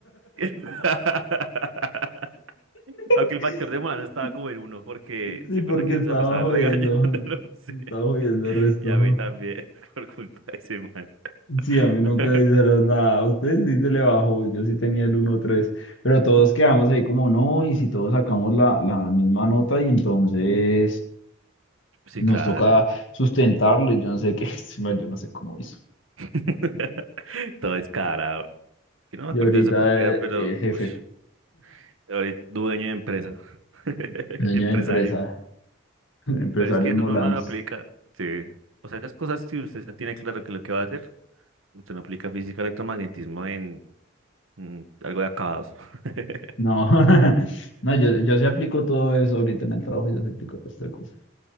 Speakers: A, on the right (about 80°); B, on the left (about 65°).
A: <laughs> Aunque
B: <laughs>
A: el factor de humano no estaba como en uno, porque
B: Sí,
A: se acuerda
B: porque
A: que
B: estaba
A: se la pasaba
B: jodiendo.
A: regañándolo. <laughs> Sí.
B: Estaba jodiendo el resto.
A: Y a mí también, <laughs> por culpa de ese man.
B: Sí, a mí nunca
A: <laughs>
B: me dijeron nada. A ustedes sí se le bajó, yo sí tenía el uno tres, Pero todos quedamos ahí como no, y si todos sacamos la, la misma nota, y entonces
A: Sí,
B: nos
A: claro.
B: toca sustentarlo. Yo no sé qué, <laughs> bueno, yo no sé cómo hizo.
A: <laughs> Todo descarado. Yo no me
B: Y
A: acuerdo
B: ahorita,
A: de eso cómo era,
B: eh,
A: pero
B: eh, jefe,
A: ush, ahorita dueño de empresa. <laughs>
B: dueño
A: Empresario.
B: de empresa, <laughs> empresarios
A: Pero es que eso
B: molanos.
A: no, no lo aplica, sí. O sea, esas cosas, si usted ya tiene claro que lo que va a hacer, usted no aplica física electromagnetismo en mm, algo de acabados. <laughs>
B: No, <laughs> no, yo, yo sí aplico todo eso ahorita en el trabajo, yo sí aplico todas estas cosas.